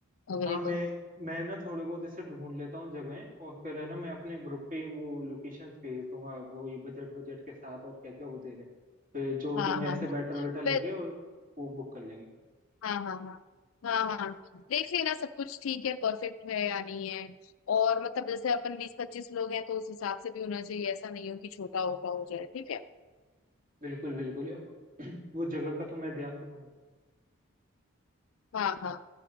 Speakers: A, on the left (about 75°); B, on the right (about 40°).
A: अवेलेबल
B: हाँ मैं मैं ना थोड़े बहुत ऐसे ढूंढ लेता हूँ जगहें और फिर है ना मैं अपने ग्रुप पे वो लोकेशंस भेज दूंगा वो ये बजट बजट के साथ और क्या क्या वो दे दें फिर जो
A: हाँ
B: तुम्हें
A: हाँ
B: ऐसे
A: हाँ
B: बेटर वेटर लगे
A: फिर
B: और वो बुक कर लेंगे
A: हाँ हाँ हाँ हाँ हाँ देख लेना सब कुछ ठीक है परफेक्ट है या नहीं है और मतलब जैसे अपन बीस पच्चीस लोग हैं तो उस हिसाब से भी होना चाहिए ऐसा नहीं हो कि छोटा होगा हो जाए ठीक है
B: बिल्कुल बिल्कुल या- <clears throat> वो जगह का तो मैं ध्यान रखूंगा
A: हाँ हाँ